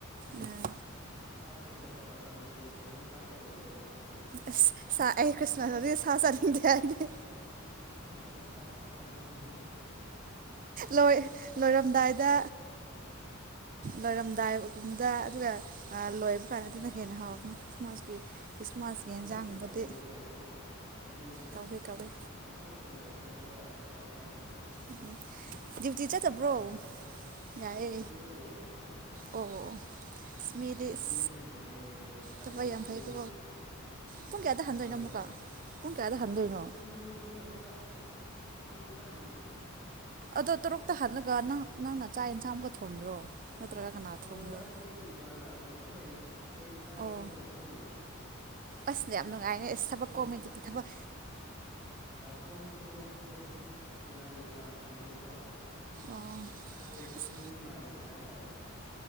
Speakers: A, on the right (about 40°); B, in the centre.
A: ꯎꯝ
B: ꯎꯝ ꯁꯥꯠ ꯊꯣꯡꯕ ꯅꯠꯇꯕ ꯀꯥꯡꯁꯣꯏ ꯊꯣꯡꯉꯒ ꯆꯥꯛ ꯀꯧꯎꯀꯣ
A: ꯑꯁ ꯁꯥ ꯑꯩ ꯈ꯭ꯔꯤꯁꯃꯥꯁꯀꯤ ꯁꯥ ꯆꯥꯅꯤꯡꯗꯦ ꯍꯥꯏꯗꯤ
B: ꯈ꯭ꯔꯤꯁꯃꯥꯁꯀꯤ ꯁꯥ ꯆꯅꯤꯡꯗꯦ
A: ꯂꯣꯏ ꯂꯣꯏꯔꯝꯗꯥꯏꯗ ꯂꯣꯏꯔꯝꯗꯥꯏꯒꯨꯝꯗ ꯑꯗꯨꯒ ꯑ ꯂꯣꯏꯕ ꯀꯥꯟ ꯑꯗꯨꯅ ꯍꯦꯟꯅ ꯍꯥꯎꯕꯅꯦ ꯈ꯭ꯔꯤꯁꯃꯥꯁꯀꯤ
B: ꯑꯝꯇꯗꯤ
A: ꯌꯦꯟꯖꯥꯡꯒꯨꯝꯕꯗꯤ
B: ꯀꯧꯎꯀꯣ ꯅꯪ
A: ꯀꯧꯒꯦ ꯀꯧꯋꯦ
B: ꯅꯈꯨꯠꯅ ꯊꯣꯡꯖꯕ ꯑꯗꯣꯝꯗ ꯃꯥꯍꯥꯎ ꯇꯪꯒꯦꯕ
A: ꯎꯝ ꯗ꯭ꯌꯨꯇꯤ ꯆꯠꯇꯕ꯭ꯔꯣ
B: ꯌꯥꯝꯕꯔꯥ
A: ꯌꯥꯏꯌꯦ
B: ꯗ꯭ꯌꯨꯇꯤꯗ ꯂꯩꯌꯦ
A: ꯑꯣ ꯑꯣ ꯑꯁ ꯃꯤꯗꯤ
B: ꯗ꯭ꯌꯨꯇꯤꯗ
A: ꯑꯁ
B: ꯂꯩꯖꯔꯦ ꯎꯄꯥꯏ
A: ꯊꯕꯛ
B: ꯂꯩꯇꯦ
A: ꯌꯥꯝ ꯐꯩꯀꯣ ꯄꯨꯡ ꯀꯌꯥꯗ ꯍꯟꯗꯣꯏꯅꯣ
B: ꯎꯝ
A: ꯑꯃꯨꯛꯀ ꯄꯨꯡ ꯀꯌꯥꯗ ꯍꯟꯗꯣꯏꯅꯣ
B: ꯄꯨꯡ ꯇꯔꯨꯛꯇ ꯄꯨꯡ ꯇꯥꯔꯨꯛꯇ ꯍꯟꯅꯤ
A: ꯑꯗꯣ ꯇꯔꯨꯛꯇ ꯍꯜꯂꯒ ꯅꯪ ꯅꯪꯅ ꯆꯥꯛ ꯌꯦꯟꯁꯥꯡ ꯑꯃꯨꯛꯀ ꯊꯣꯡꯉꯤꯔꯣ ꯅꯠꯇ꯭ꯔꯒ ꯀꯅꯥ
B: ꯊꯣꯡ
A: ꯊꯣꯡꯉꯤꯔꯣ
B: ꯍꯣꯏꯗ ꯑꯩꯈꯣꯏꯒꯤ ꯇꯣꯉꯥꯟꯅ ꯀꯤꯠꯆꯟ ꯂꯩꯌꯦ ꯑꯩꯈꯣꯏ ꯆꯥꯛ ꯏꯟꯁꯥꯡ
A: ꯑꯣ
B: ꯊꯣꯡꯕ ꯐꯪꯗꯦ
A: ꯑꯁ ꯌꯥꯝꯅ ꯉꯥꯏꯅ ꯑꯦꯁ
B: ꯑꯩꯈꯣꯏ
A: ꯊꯕꯛ ꯀꯣꯝꯃꯦ ꯗꯨꯗꯤ ꯊꯕꯛ
B: ꯀꯣꯝꯗꯤ ꯀꯣꯝꯃꯦ ꯑꯩꯈꯣꯏꯒꯤ ꯄꯨꯖꯥꯔꯤ ꯇꯣꯉꯥꯟꯅ ꯊꯝꯃꯦꯕꯀꯣ ꯑꯩꯈꯣꯏ
A: ꯑꯣ
B: ꯑꯩꯈꯣꯏ
A: ꯑꯁ
B: ꯃꯤ ꯃꯌꯥꯝꯒꯤ ꯍꯥꯏ <unintelligible>